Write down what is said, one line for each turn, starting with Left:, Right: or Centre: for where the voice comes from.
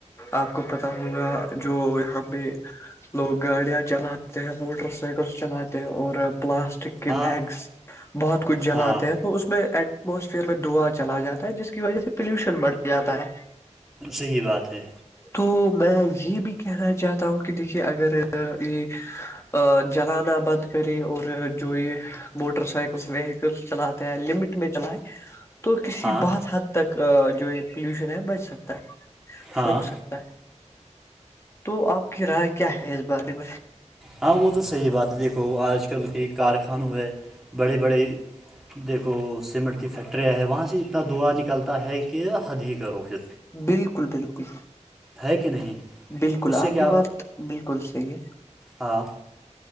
Left: آپ کو پتا ہوگا جو یہاں پہ لوگ گاڑیاں چلاتے ہیں موٹر سائیکلس چلاتے ہیں اور پلاسٹک کے
Centre: ہاں
Left: بیگس بہت کچھ جلاات
Centre: ہاں
Left: تو اس میں ایٹموسفیئر میں دعا چلا جاتا ہے جس کی وجہ سے پلیوشن بڑھ جاتا ہے
Centre: صحیح بات ہے
Left: تو میں یہ بھی کہنا چاہتا ہوں کہ دیکھیے اگر یہ جلانا بند کرے اور جو یہ موٹر سائیکلس ویکل چلاتے لمٹ میں چلائے تو کسی
Centre: ہاں
Left: بہت حد ب تک جو ہے پلیوشن ہے بچ سکتا ہے
Centre: ہاں
Left: رک سکتا تو آپ کی رائے کیا ہے اس بارے میں
Centre: ہاں وہ تو صحیح بات ہے دیکھو آج کل کے کارخانوں ہے بڑے بڑے دیکھو سیمنٹ کی فیکٹریاں ہے وہاں سے اتنا دعا نکلتا ہے کہ حد ہی کرو پھر
Left: بالکل بالکل
Centre: ہے کہ نہیں
Left: بالکل
Centre: اس سے
Left: آپ
Centre: کیا
Left: کی بات بالکل صحیح ہے
Centre: ہاں